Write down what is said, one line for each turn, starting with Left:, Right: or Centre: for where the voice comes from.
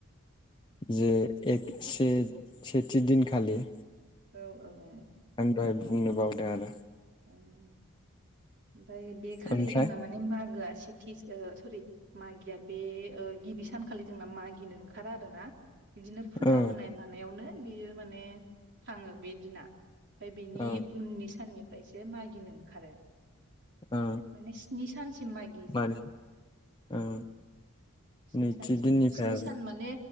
Left: जे एक से-सेथि दिनखालि
Right: औ औ औ।
Left: दहय बुंनो बावदों आरो
Right: ओं। ओमफाय बे खालि
Left: ओमफ्राय
Right: जोंना माने मागोआ सेथि सो ओ सरि मागिया बे ओ गिबि सानखालि जोंना मागिनो ओंखारा आरो ना। बिदिनो फुजा
Left: ओ
Right: होनाय मानायावनो बेयो माने थाङो बे दिना। फाय बेनि
Left: ओ
Right: उननि साननि फ्रायसो मागिनो ओंखारो।
Left: ओ
Right: माने स्नि सानसिम मागियो जोंना
Left: मानि
Right: औ।
Left: ओ
Right: स्नि
Left: नैथि
Right: सानसिम
Left: दिननिफ्राय
Right: स्नि
Left: आरोना
Right: सान माने